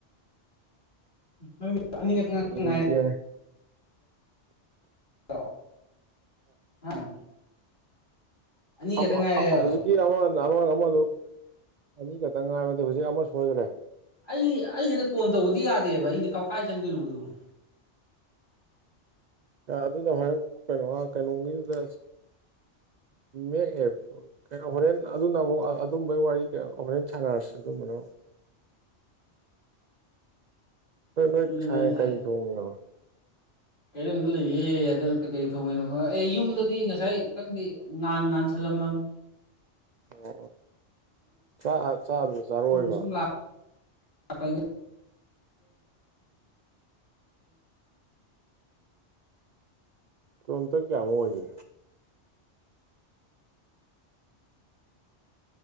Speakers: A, on the left (about 45°); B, on the right (about 60°).
A: ꯅꯪꯗꯤ ꯑꯅꯤ ꯈꯛꯇ
B: ꯌꯦꯡꯒꯦ
A: <unintelligible> ꯉꯥꯢꯔꯦ <unintelligible> ꯍꯥ ꯑꯅꯤꯈꯛꯇ
B: <unintelligible>
A: ꯉꯥꯏꯔꯦꯔꯣ
B: ꯍꯧꯖꯤꯛ ꯑꯃ ꯑꯃ ꯑꯃꯗꯨ ꯑꯅꯤꯈꯛꯇꯪ ꯉꯥꯏꯕꯗ ꯍꯧꯖꯤꯛ ꯑꯃ ꯁꯣꯏꯈ꯭ꯔꯦ
A: ꯑꯩ ꯑꯩ ꯀꯣꯟ ꯇꯧꯕꯗꯤ ꯌꯥꯗꯦꯕ ꯑꯩꯅ ꯀꯥꯏ ꯆꯪꯗꯣꯏꯅꯣꯕ ꯑꯗꯨꯕꯨ
B: ꯑꯗꯨꯗ ꯍꯣꯔꯦꯟ ꯀꯩꯅꯣ ꯀꯩꯅꯣꯒꯤꯗꯨꯗ ꯃꯦꯛ ꯑꯦꯞ ꯀꯩꯅꯣ ꯍꯣꯔꯦꯟ ꯑꯗꯨꯅ ꯑꯃꯨꯛ ꯑꯗꯨꯝꯕꯩ ꯋꯥꯔꯤ ꯍꯣꯔꯦꯟ ꯁꯥꯟꯅꯔꯁꯤ ꯑꯗꯨꯝꯕꯅ ꯅꯣꯏ
A: ꯑꯗꯨꯅꯤꯗ
B: ꯁꯥꯏꯅꯥ
A: ꯑꯩꯅ
B: ꯀꯥꯔꯤ
A: ꯍꯥꯏ
B: ꯊꯣꯡꯉꯤꯅꯣ
A: ꯀꯩꯔꯪꯗ ꯂꯩꯌꯦ ꯑꯗꯨꯅ ꯀꯩꯀꯩ ꯊꯣꯡꯉꯤꯅꯣ ꯈꯪ ꯑꯦ ꯌꯨꯝꯗꯗꯤ ꯉꯁꯥꯏ ꯈꯪꯗꯦ ꯉꯥꯟ ꯉꯥꯟꯁꯜꯂꯝꯃꯝꯅꯤ
B: ꯑꯣ ꯆꯥꯛ ꯑꯥ ꯆꯥꯕꯗꯨ ꯆꯥꯔꯛꯑꯣꯏꯕ
A: ꯁꯨꯝ ꯁꯨꯝ ꯂꯥꯛꯄꯅꯤꯗ
B: ꯀꯤꯂꯣꯃꯤꯇꯔ ꯀꯌꯥꯃꯨꯛ ꯑꯣꯏꯒꯦ